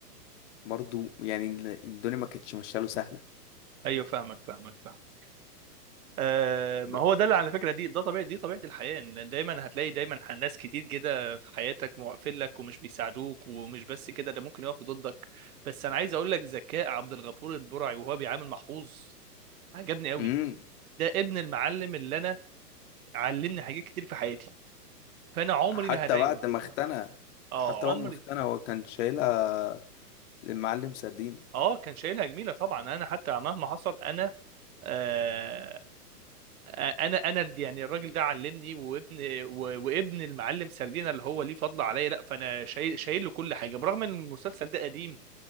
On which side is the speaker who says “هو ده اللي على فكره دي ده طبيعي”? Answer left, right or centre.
Right